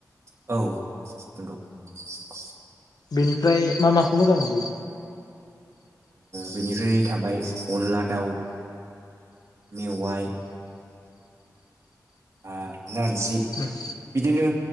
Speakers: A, on the right; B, on the left.
A: औ औ नंगौ। <unintelligible>
B: बेनिफ्राय मा माखौ मोजां मोनबावो?
A: बेनिफ्राय थाबाय अनला दाउ मेवाय आरो नारजि
B: उम
A: बिदिनो